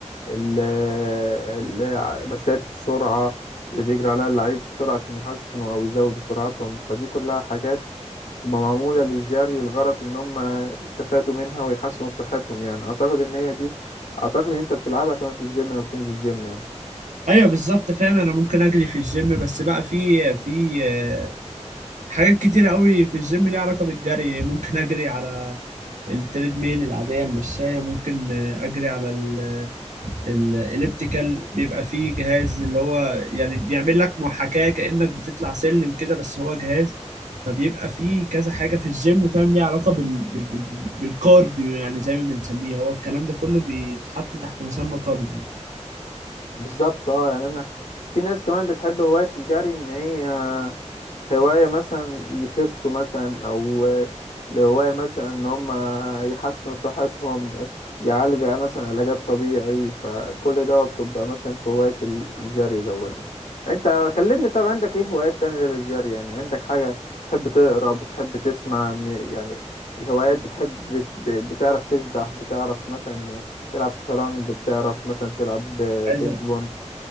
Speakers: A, on the left; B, on the right.
A: ال- ال- ع- مشاية السرعه اللي بيجري عليها اللعيب السرعه عشان يحسنوا او يزودوا سرعتهم فدي كلها حاجات تبقى معموله للجري الغرض ان هم يستفادوا منها ويحسنوا صحتهم يعني اعتقد ان هي دي اعتقد ان انت بتلعبها كمان في الجيم لو بتنزل جيم يعني
B: ايوه بالظبط فاهم انا ممكن اجري في الجيم بس بقى في في آه، حاجات كتيره قوي في الجيم ليها علاقه بالجري ممكن اجري على التريد ميل العاديه المشايه ممكن آه، اجري على ال الاليبتيكال بيبقى فيه جهاز اللي هو يعني بيعمل لك محاكاة كأنك بتطلع سلم كده بس هو جهاز فبيبقى فيه كذا حاجة في الجيم فاهم ليها علاقة بال... بال... بال... بال- بالكارديو يعني زي ما بنسميه هو الكلام ده كله بيتحط تحت مسمى كارديو
A: بالظبط اه يعني انا في ناس كمان بتحب هواية الجري ان هي هواية مثلا يخسوا مثلا او هواية مثلا ان هم يحسنوا صحتهم يعالجوا مثلا علاجات طبيعي فكل ده بتبقى مثلا في هواية الجري ده يعني انت كلمني طب عندك ايه هوايات تاني غير الجري يعني عندك حاجة بتحب تقرا بتحب تسمع م- يعني الهوايات بتحب بت- بتعرف تسبح بتعرف مثلا تلعب شطرنج بتعرف مثلا تلعب ب-
B: عايز
A: بينج
B: أ-
A: بونج